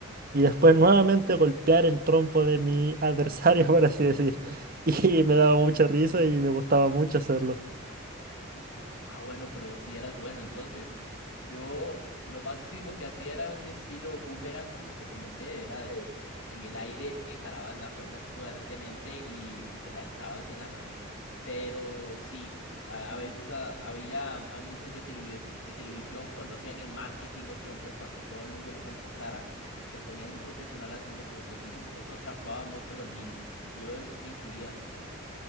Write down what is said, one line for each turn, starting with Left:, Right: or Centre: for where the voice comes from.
Right: y después nuevamente golpear el trompo de mi adversario, <laughs> por así decir. Y me daba mucha risa y me gustaba mucho hacerlo.
Left: Ah, bueno, pero si eras bueno, entonces yo lo máximo que hacía era un estilo boomerang, como te comenté, era de en el aire eh, jalabas la cuerda fuertemente y, y te la dejabas en la mano. Pero sí, a, a veces ah, había anuncios de televis- de televisión cuando hacían el marketing, los trompos, para que todo el mundo le comprara, que ponían un profesional haciendo trucos y eso atrapaba mucho a los niños y yo me incluía.